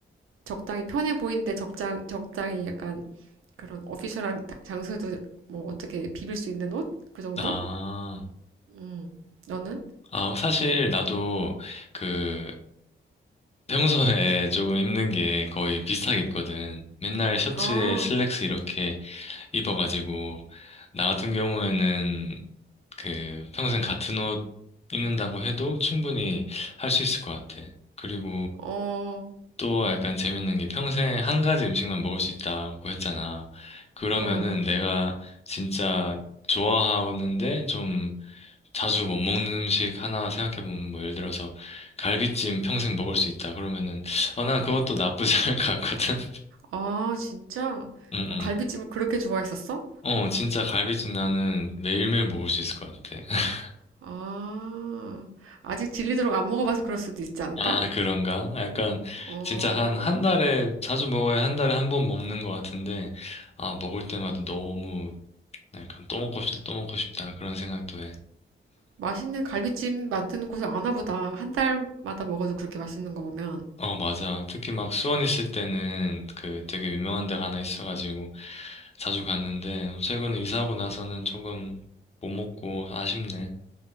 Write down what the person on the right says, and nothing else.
적당히 편해 보이는데 적당, 적당히 약간 그런 오피셜한 다- 장소에도 뭐 어떻게 비빌 수 있는 옷? 그 정도?
음, 너는?
어,
어,
어.
아, 진짜?
어, 갈비찜을 그렇게 좋아했었어?
아, 아직 질리도록 안 먹어봐서 그럴 수도 있지 않을까?
어,
맛있는 갈비찜 만드는 곳을 아나 보다. 한 달마다 먹어도 그렇게 맛있는 거 보면.